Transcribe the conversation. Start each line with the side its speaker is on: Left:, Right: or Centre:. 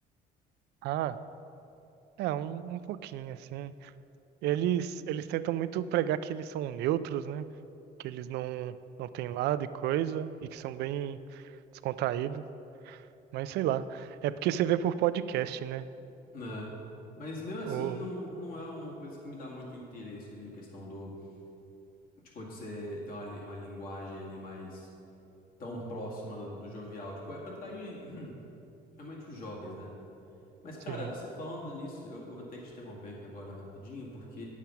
Right: Ah, é, um, um pouquinho, assim. Eles, eles tentam muito pregar que eles são neutros, né? Que eles não, não têm lado e coisa, e que são bem descontraídos. Mas sei lá. É porque você vê por podcast, né?
Left: Né? Mas mesmo assim,
Right: Ou,
Left: não, não é uma coisa que me dá muito interesse ali, a questão do Tipo, de você ter uma, li- uma linguagem ali mais tão próxima do, do jovial. Tipo, é pra atrair <clears throat> realmente os jovens, né? Mas, cara,
Right: sim.
Left: você falando nisso, eu, eu vou ter que te interromper aqui agora rapidinho, porque